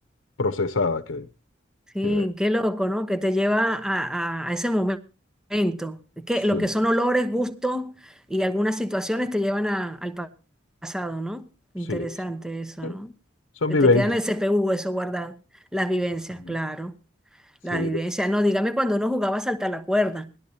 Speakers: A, on the left; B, in the centre.
A: procesada que,
B: Sí,
A: que-
B: qué loco, ¿no? Que te lleva a, a- a ese momento. Es Que
A: sí,
B: lo que son olores, gustos y algunas situaciones te llevan a- al pa- pasado, ¿no? Interesante
A: sí, sí.
B: eso,
A: sí,
B: ¿no?
A: Son
B: Que
A: vivencias.
B: te quedan en el CPU eso guardado. Las vivencias,
A: Exactamente.
B: claro.
A: Sí,
B: Las vivencias. No, dígame cuando uno jugaba a saltar la cuerda.